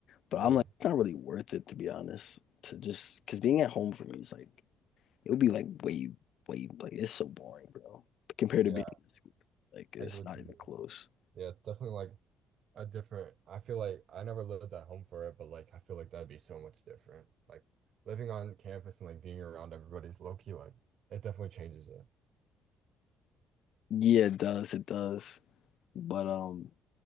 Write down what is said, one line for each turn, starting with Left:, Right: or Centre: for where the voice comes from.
Left: But
Right: Yeah.
Left: I'm like, it's not really worth it to be honest. To just because being at home for me is like it would be like way, way like it's so boring, bro. Compared
Right: Yeah.
Left: to being in school, like it's
Right: I get what
Left: not
Right: you
Left: even
Right: mean.
Left: close.
Right: Yeah, it's definitely like a different I feel like I never lived at home for it, but like I feel like that'd be so much different. Like living on campus and like being around everybody's low key like it definitely changes it.
Left: Yeah, it does, it does. But um,